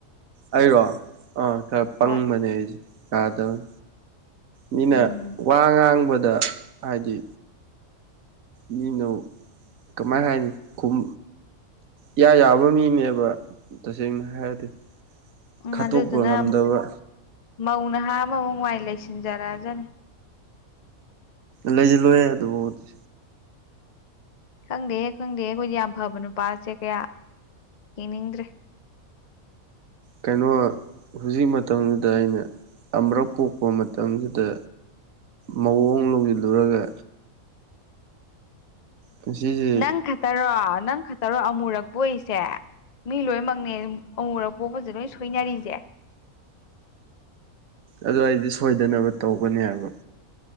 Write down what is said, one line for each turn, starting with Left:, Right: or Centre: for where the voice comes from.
Right: ꯑꯩꯔꯣ ꯑꯥ ꯈꯔ ꯄꯪꯕꯅꯦ
Left: ꯍꯣꯏ
Right: ꯑꯩꯁꯦ ꯌꯥꯗꯕꯅꯦ ꯃꯤꯅ
Left: ꯎꯝ
Right: ꯋꯥ ꯉꯥꯡꯕꯗ ꯍꯥꯏꯗꯤ ꯃꯤꯅꯨ ꯀꯃꯥꯏ ꯍꯥꯏꯅꯤ ꯈꯨꯝ ꯏꯌꯥ ꯌꯥꯕꯥ ꯃꯤꯅꯦꯕ ꯇꯁꯦꯡꯅ ꯍꯥꯏꯔꯗꯤ
Left: ꯎꯝ
Right: ꯈꯠꯇꯣꯛꯄ
Left: ꯑꯗꯨꯗꯨꯅꯥ
Right: ꯉꯝꯗꯕ
Left: ꯃꯧ ꯅꯍꯥ ꯑꯃꯃꯛ ꯃꯥꯏ ꯂꯩꯁꯤꯟꯖꯔꯛꯑꯅꯤ
Right: ꯂꯩꯁꯤꯜꯂꯣꯏꯍꯦ ꯑꯗꯨꯕꯥꯎꯗꯤ
Left: ꯈꯪꯗꯦꯍꯦ ꯈꯪꯗꯦꯍꯦ ꯑꯩꯈꯣꯏꯗꯤ ꯌꯥꯝ ꯐꯕ ꯅꯨꯄꯥꯁꯦ ꯀꯌꯥ ꯌꯦꯡꯅꯤꯡꯗ꯭ꯔꯦ
Right: ꯀꯩꯅꯣ ꯍꯧꯖꯤꯛ ꯃꯇꯝꯁꯤꯗ ꯑꯩꯅ ꯑꯃꯔꯛ ꯄꯣꯛꯄ ꯃꯇꯝꯁꯤꯗ ꯃꯧ ꯑꯃꯨꯛ ꯂꯧꯁꯤꯜꯂꯨꯔꯒ ꯄꯨꯟꯁꯤꯁꯦ
Left: ꯅꯪ ꯈꯠꯇꯔꯣ ꯅꯪ ꯈꯛꯇꯔꯣ ꯑꯃꯨꯔꯛ ꯄꯣꯛꯢꯁꯦ ꯃꯤ ꯂꯣꯏꯅꯃꯛꯅꯦ ꯑꯗꯨꯝ ꯑꯃꯨꯛꯔꯛ ꯄꯣꯛꯄꯁꯦ ꯂꯣꯏ ꯁꯣꯏꯅꯔꯤꯁꯦ
Right: ꯑꯗꯨ ꯑꯩꯗꯤ ꯁꯣꯏꯗꯅꯕ ꯇꯧꯒꯅꯤ ꯍꯥꯏꯕ